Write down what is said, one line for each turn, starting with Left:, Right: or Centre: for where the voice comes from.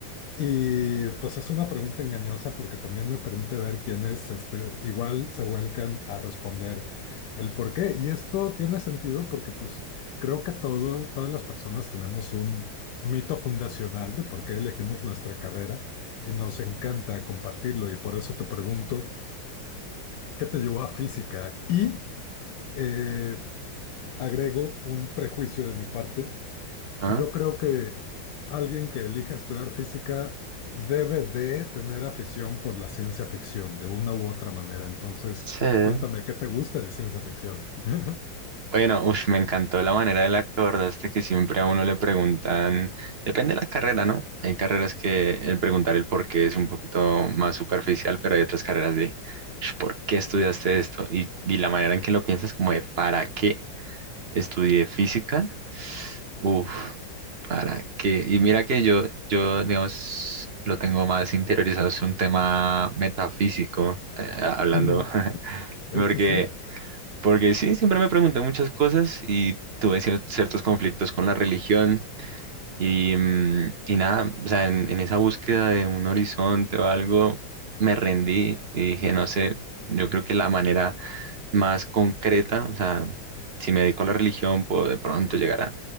Left: Y pues es una pregunta engañosa porque también me permite ver quiénes este, igual se vuelcan a responder el por qué. Y esto tiene sentido porque pues creo que todos, todas las personas tenemos un mito fundacional de por qué elegimos nuestra carrera y nos encanta compartirlo. Y por eso te pregunto, ¿qué te llevó a física? Y eh, agrego un prejuicio de mi parte.
Right: Ujú,
Left: Yo creo que alguien que elija estudiar física debe de tener afición por la ciencia ficción de una u otra manera. Entonces,
Right: sí.
Left: cuéntame, ¿qué te gusta de ciencia ficción? <laughs>
Right: Bueno, uf, me encantó la manera de la que abordaste que siempre a uno le preguntan, depende de la carrera, ¿no? Hay carreras que el preguntar el por qué es un poquito más superficial, pero hay otras carreras de "Ush, ¿por qué estudiaste esto? Y, y la manera en que lo piensas como de ¿para qué estudié física? Uf, ¿para qué? Y mira que yo, yo, digamos, lo tengo más interiorizado, es un tema metafísico, eh, hablando,
Left: Ujú.
Right: <laughs> porque...
Left: Sí, sí, sí.
Right: Porque sí, siempre me pregunté muchas cosas y tuve cier- ciertos conflictos con la religión y, mm, y nada, o sea, en, en esa búsqueda de un horizonte o algo, me rendí y dije, no sé, yo creo que la manera más concreta, o sea, si me dedico a la religión, puedo de pronto llegar a